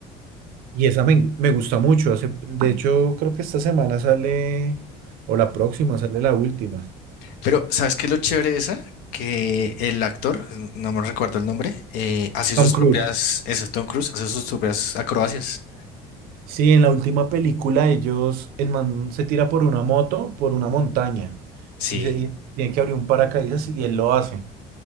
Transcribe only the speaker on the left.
Pero, ¿sabes qué es lo chévere de esa? Que el actor, n- no me recuerdo el nombre, eh, hace sus
propias, ese es Tom Cruise, hace sus propias acrobacias.
Sí,